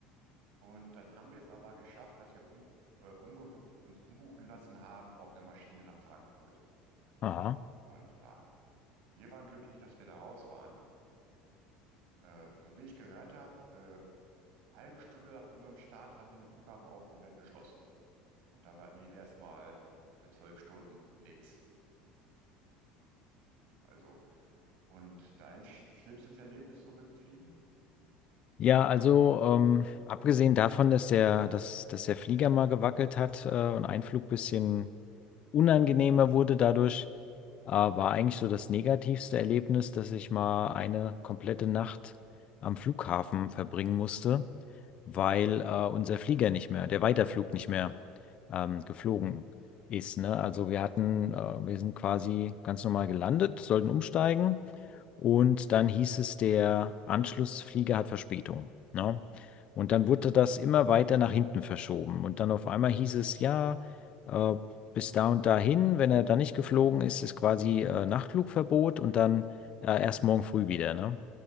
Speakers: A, on the right; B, on the left.
A: und dann haben wir es aber geschafft, dass wir um, äh, umgebu uns umbuchen lassen haben auf eine Maschine nach Frankfurt.
B: Aha.
A: Und ah, wir waren glücklich, dass wir da raus waren. Äh, so wie ich gehört habe, äh, halbe Stunde nach unserem Start haben sie den Flughafen auch komplett geschlossen. Und dann war, lief erstmal für zwölf Stunden nichts. Also, und dein sch schlimmstes Erlebnis so mit dem Fliegen?
B: Ja, also ähm, abgesehen davon, dass der, dass, dass der Flieger mal gewackelt hat äh, und ein Flug bisschen unangenehmer wurde dadurch, äh, war eigentlich so das negativste Erlebnis, dass ich mal eine komplette Nacht am Flughafen verbringen musste, weil äh, unser Flieger nicht mehr, der Weiterflug nicht mehr ähm, geflogen ist. Ne? Also wir hatten, äh, wir sind quasi ganz normal gelandet, sollten umsteigen und dann hieß es, der Anschlussflieger hat Verspätung. Ne? Und dann wurde das immer weiter nach hinten verschoben. Und dann auf einmal hieß es, ja, äh, bis da und dahin. Wenn er dann nicht geflogen ist, ist quasi äh, Nachtflugverbot und dann äh, erst morgen früh wieder, ne?